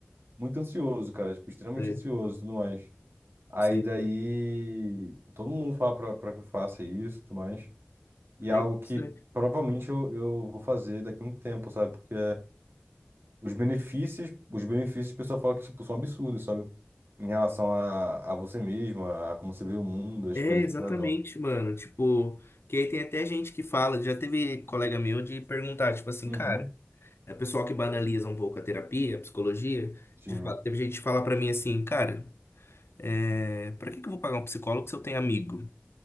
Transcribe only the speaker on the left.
sei.
Sei.
sei.
É
interessante.
É,
exatamente,
mano. Tipo, que aí tem até gente que fala, já teve colega meu de perguntar, tipo assim,
cara, é pessoal que banaliza um pouco a terapia, a psicologia,
de fato, teve gente que fala pra mim assim, cara, é, pra que que eu vou pagar um psicólogo se eu tenho amigo?